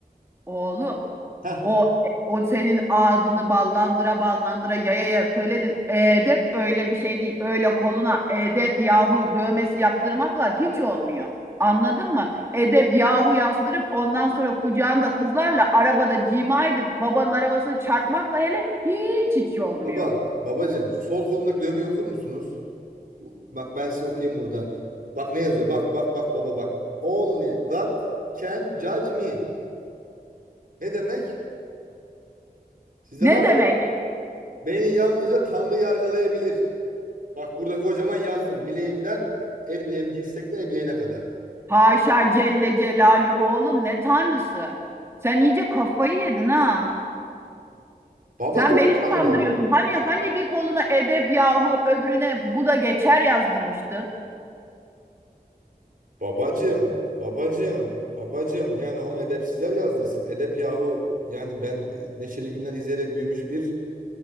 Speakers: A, on the right; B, on the right.
A: Oğlum
B: Heh,
A: o o senin ağzını ballandıra ballandıra yaya yaya söyledin. Edep öyle bir şey değil. Öyle koluna edep yahu dövmesi yaptırmakla hiç olmuyor. Anladın mı? Edep yahu yazdırıp ondan sonra kucağında kızlarla arabada cima edip babanın arabasını çarpmakla hele hiç hiç olmuyor.
B: baba, babacığım şu sol kolumdaki dövmeyi okur musunuz? Bak ben size okuyayım buradan. Bak ne yazıyor? Bak bak bak baba bak. Only God can judge me. Ne demek? Sizde
A: Ne
B: var
A: demek?
B: mı? Beni yalnızca Tanrı yargılayabilir. Bak burada kocaman yazdım. Bileğimden el bileğim dirsekten el bileğine kadar.
A: Haşa Celle Celalü oğlum ne tanrısı. Sen iyice kafayı yedin ha.
B: Baba
A: Sen
B: o mu
A: beni mi
B: Tanrı?
A: kandırıyorsun? Hani hani bir koluna edep yahu öbürüne bu da geçer yazdırmıştın.
B: Babacım, babacım, babacım. Yani onu edepsizler yazdırsın. Edep yahu. Yani ben Neşeli Günler izleyerek büyümüş bir